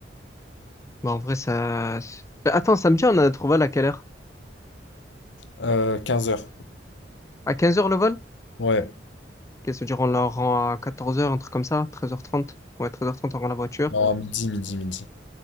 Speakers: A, on the left (about 15°); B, on the left (about 85°).
A: Bah, en vrai, ça. Bah, Attends, samedi, on a trouvé à quelle heure?
B: Euh, 15 heures.
A: À quinze heures le vol?
B: Ouais.
A: Qu'est-ce que ça veut dire, on la rend à quatorze heures, un truc comme ça, 13h30. Ouais, treize heures trente, on rend la voiture.
B: Non, midi, midi, midi.